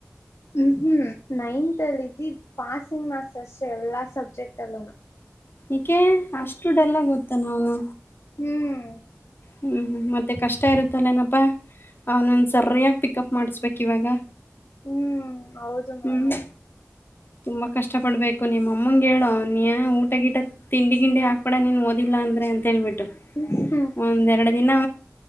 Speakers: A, on the left (about 65°); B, on the left (about 45°).
A: ಹ್ಮ್ ಹ್ಮ್ ನೈನ್ತ್ ಅಲ್ಲಿಿದ್ದಿ ಪಾಸಿಂಗ್ ಮಾರ್ಕ್ಸ್ ಅಷ್ಟೆ ಎಲ್ಲಾ ಸಬ್ಜೆಕ್ಟ್ ಅಲ್ಲೂನು
B: ಇಕೆ ಅಷ್ಟುಡೆಲ್ಲ ಗೊತ್ತ ನ ಅವನು
A: ಹ್ಮ್
B: ಹ್ಮ್ ಮತ್ತೆ ಕಷ್ಟ ಇರುತ್ತಲ್ಲೇಏನಪ್ಪಾ ಅವನೊಂದ ಸರಯಾಗಿ ಪಿಕಪ್ ಮಾಡ್ಸ್ಬೇಕಕ್ ಇವಾಗ
A: ಹ್ಮ್ ಹೌದು ಮ್ಯಾಮ್
B: ಹ್ಮ್ ತುಂಬಾ ಕಷ್ಟ ಪಡ್ಬೇಕು ನಿಮ್ಮ ಅಮ್ಮಂಗ ಹೇಳ ನೀ ಊಟ ಗಿಟ ತಿಂಡಿ ಗಿಂಡಿ ಹಾಕ್ಬಡ ನೀನ್ ಓದಿಲ್ಲ ಅಂದ್ರೆ ಅಂತೇಳ್ಿಟ್ಟು
A: ಹ
B: ಒಂದೆರಡು ದಿನೂ